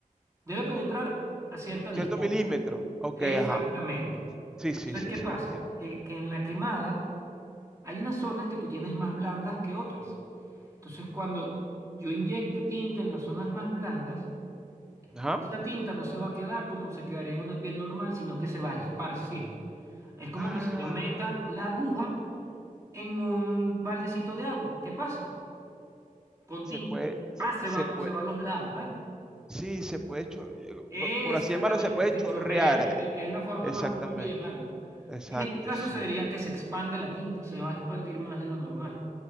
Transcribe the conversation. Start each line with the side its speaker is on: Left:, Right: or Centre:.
Right: debe penetrar a cierta distancia.
Centre: Cierto milímetro. Ok,
Right: Exactamente.
Centre: ajá. Sí, sí,
Right: Entonces,
Centre: sí,
Right: ¿qué
Centre: eso
Right: pasa?
Centre: lo entiendo.
Right: Que, que en la quemada hay unas zonas que tú tienes más blandas que otras. Entonces, cuando yo inyecte tinta en las zonas más blandas,
Centre: Ajá.
Right: esa tinta no se va a quedar como se quedaría en una piel normal, sino que se va a esparcir. Es como
Centre: Ah,
Right: que si yo meta la aguja en un baldecito de agua. ¿Qué pasa? Con
Centre: se
Right: tinta.
Centre: puede,
Right: Ah, se
Centre: se
Right: va,
Centre: puede,
Right: se va a los lados, ¿eh?
Centre: sí, se puede, cho- eh,
Right: Exactamente,
Centre: bo- por así llamarlo, se puede
Right: se
Centre: chorrear.
Right: chorrea. e-
Centre: eh.
Right: e- Es la forma
Centre: Exactamente.
Right: más común de llamarlo.
Centre: Exacto,
Right: En este caso
Centre: sí.
Right: se diría que se expande la tinta, se va a expandir más de lo normal.